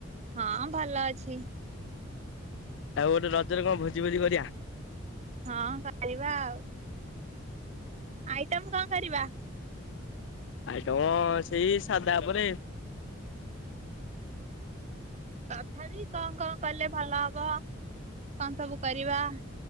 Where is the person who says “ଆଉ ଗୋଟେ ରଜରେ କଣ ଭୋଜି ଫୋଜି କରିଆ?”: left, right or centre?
Left